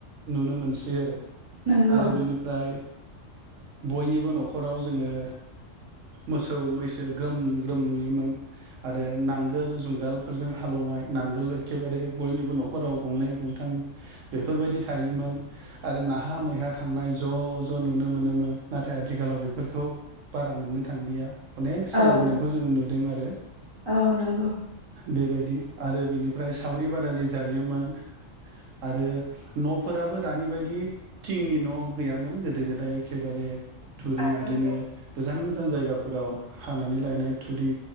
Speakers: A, on the right; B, on the right.
A: नुनो मोनसै आरो
B: नंगौ
A: आरो बेनिफ्राय बयनिबो न'खराव जोङो मोसौ मैसो ग्रोम ग्रोम नुयोमोन आरो नांगोल जुंगालफोरजों हालेवनाय नाय नांगोल एखेबारे बयनिबो न'खराव गंनै गंथाम बेफोरबायदि थायोमोन आरो नाहा मैहा थांनाय ज' ज' नुनो मोनोमोन नाथाय आथिखालाव बेफोरखौ बारा नुनो थांलिया अनेक
B: औ
A: सोलायबोनायखौ जों नुदों आरो
B: औ नंगौ।
A: बेबायदि आरो बेनि ओमफ्राय सावरि बादालि जायोमोन आरो न'फोराबो दानि बायदि थिंनि न' गैयामोन गोदो गोदाय एखेबारे थुरि
B: आं
A: बिदिनो
B: रोंगौ
A: गोजान गोजान जायगाफोराव हानानै लायनाय थुरि